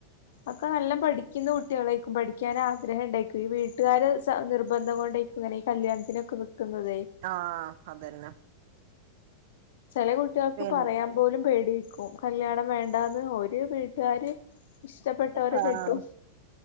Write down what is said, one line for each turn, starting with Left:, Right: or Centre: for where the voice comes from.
Left: അക്കെ നല്ല പഠിക്കുന്ന കുട്ടികളായിക്കും പഠിക്കാൻ ആഗ്രഹം ഉണ്ടായിക്കും ഈ വീട്ടുകാര് നിർബന്ധം കൊ ങ്ങനെ കല്യാണത്തിനൊക്കെ നിക്കുന്നതേ
Right: ആഹ് അതന്നെ
Left: ചേലെ കുട്ടികൾക്ക്
Right: പിൻ
Left: പറയാൻ പോലും പേടിക്കും കല്യാണം വേണ്ടന്ന് ഓ ഒരു വീട്ടുകാര് ഇഷ്ടപ്പെട്ടവരെ
Right: ആഹ്
Left: കെട്ടും